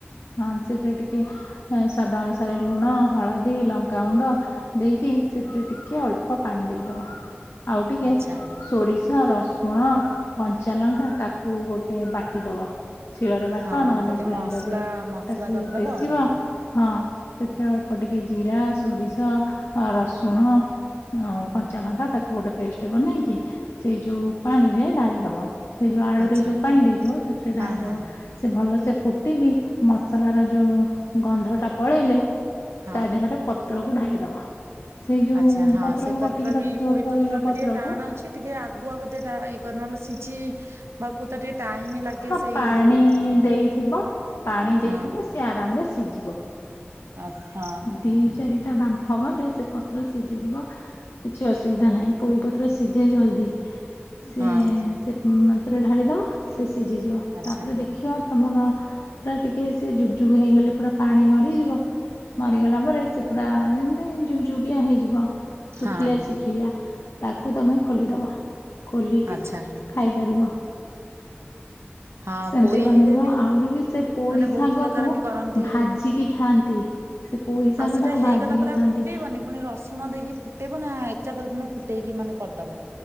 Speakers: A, on the left; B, on the right.
A: ହଁ ସେଥିରେ ଟିକେ, ସ୍ୱାଦଅନୁସାରେ ଲୁଣ, ହଳଦୀ, ଲଙ୍କାାଗୁଣ୍ଡ, ଦେଇକି ସେଥିରେ ଟିକେ ଅଳ୍ପ ପାଣି ଦେଇଦବା। ଆଉ ଟିକେ
B: ଆଚ୍ଛା
A: ସୋରିଷ ରସୁନା ରସୁଣ କଞ୍ଚାଲଙ୍କା ତାକୁ ଗୋଟେ ବାଟି ଦବ। ଶିଳରେ ବାଟ
B: ହଁ
A: ନହେଲେ
B: ଗୋଟେ
A: ଗ୍ରାଇଣ୍ଡର
B: ମସଲା
A: ରେ
B: ମସଲା
A: ତାକୁ
B: କରିଦବ
A: ପେେଶିବ।
B: ଆଉ ହଁ
A: ହଁ ସେଥିରେ ଅଳ୍ପ ଟିକେ ଜିରା, ସୋରିଷ, ରସୁଣ। ଆଉ କଞ୍ଚା ଲଙ୍କା ତାକୁ ଗୋଟେ ପେଷ୍ଟ ବନେଇକି ସେଇ ଯୋଉ ପାଣି ରେ ଡାଳିଦବ। ସେ ଯୋଉ ଆଳୁରେ
B: ଆଚ୍ଛା
A: ଯୋଉ ପାଣି ଦେଇଥିବ। ସେଥିରେ
B: ହଁ
A: ଢାଳି
B: ହଁ
A: ଦବ। ସେ ଭଲ ସେ ଫୁଟିକି ମସଲାର ଯୋଉ ଗନ୍ଧଟା। ପଳେଇଲେ
B: ହଁ
A: ତା ଦେହରେ ପତ୍ରକୁ ଢାଳିଦବ। ସେଇ ଯୋଉ
B: ଆଚ୍ଛା ହଁ
A: ପତ୍ରକୁ
B: ସେ ପତ୍ର
A: କାଟିକି
B: ବି
A: ରଖିଥିବ
B: ପୋଇ
A: ପୋଇର
B: ପତ୍ର ବି
A: ପତ୍ରକୁ।
B: ଟିକେ ଟାଣ ଅଛି ଟିକେ ଆଗୁଆ ବଧେଇଟା ଇଏ ନହେଲେ ସିଝି ବା କୁ ତାକୁ ଟିକେ। ଟାଇମ ଲାଗେ
A: ହଁ
B: ସେଇ
A: ପାଣି
B: ଯୋଉ ହଁ
A: ଦେଇଥିବ। ପାଣି
B: ହଁ
A: ଦେବ ସିଏ ଆରାମରେ ସିଝିବ।
B: ଆଚ୍ଛା।
A: ଦି ଚାରିଟା ବାମ୍ଫ ଗଲେ ସେ ପତ୍ର ସିଝିଯିବ। କିଛି ଅସୁବିଧା ନାହିଁ। ପୋଇପତ୍ର ସିଝେ ଜଲଦି। ସି
B: ହଁ
A: ଏ ସେ ମାତରେ ଢାଳିଦବା ସେ ସିଝିଯିବ
B: ଆଚ୍ଛା
A: ତାପରେ ଦେଖିବା ତମର ସେ ପୁରା ଟିକେ ସେ ଯୁକ୍ ଯୁକ୍ ହେଇଗଲେ ପୁରା ପାଣି ମରିଯିବ। ମରିଗଲା ପରେ ସେ ପୁରା ଯେମତି ଯୁକ ଯୁକିଆ ହେଇଯିବ ଶୁଖିଲେ
B: ହଁ
A: ସେ। ତାକୁ ତମେ ଖୋଲିଦବ ଖୋଲିକି
B: ଆଚ୍ଛା
A: ଖାଇପାରିବ।
B: ହଁ
A: ସେମିତି
B: ପୋଇରେ
A: ବନେଇବ ଆହୁରି ବି ସେ ପୋଇ
B: ମାନେ
A: ଶାଗ
B: ବହୁତ ପ୍ରକାର
A: କୁ
B: ବି କରନ୍ତି
A: ଭାଜିକି ଖାଆନ୍ତି। ସେ ପୋଇ ସାଗ
B: ଆଉ ସେଟା
A: ଟାକୁ
B: ହେଇଗଲା
A: ଭଜିକି
B: ପରେ ଆଉ
A: ଖାଆନ୍ତି।
B: ଫୁଟେଇବନି ପୁଣି ରସୁଣ ଦେଇକି ଫୁଟେଇବ। ନା ଏକାଥରେ ତମେ ଫୁଟେଇକି ମାନେ କରିଦବ।